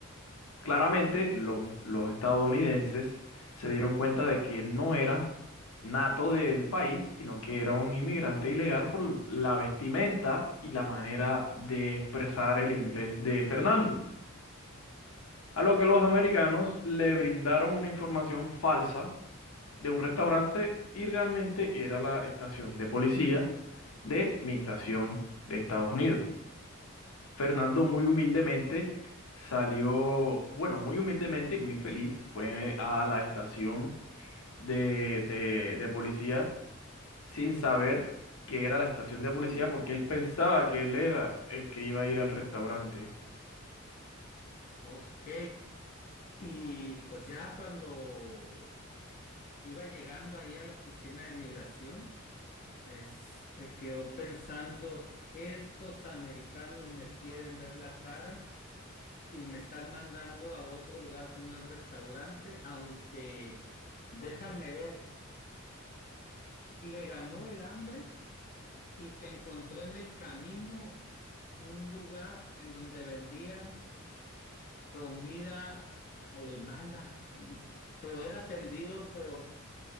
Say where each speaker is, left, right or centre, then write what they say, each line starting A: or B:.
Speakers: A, on the left; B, on the left.
A: Claramente, los, los estadounidenses se dieron cuenta de que él no era nato del país, sino que era un inmigrante ilegal por la vestimenta y la manera de expresar el inglés de Fernando. A lo que los americanos le brindaron una información falsa de un restaurante y realmente era la estación de policía de migración de Estados Unidos. Fernando muy humildemente salió, bueno, muy humildemente y muy feliz, fue a la estación de, de, de policía sin saber que era la estación de policía porque él pensaba que él era el que iba a ir al restaurante.
B: Ok. Y pues ya cuando iba llegando ahí a la oficina de migración, es- se quedó pensando, estos americanos me quieren ver la cara y me están mandando a otro lugar que no es restaurante, aunque déjame ver, le ganó el hambre y se encontró en el camino un lugar en donde vendían comida alemana, pero era atendido por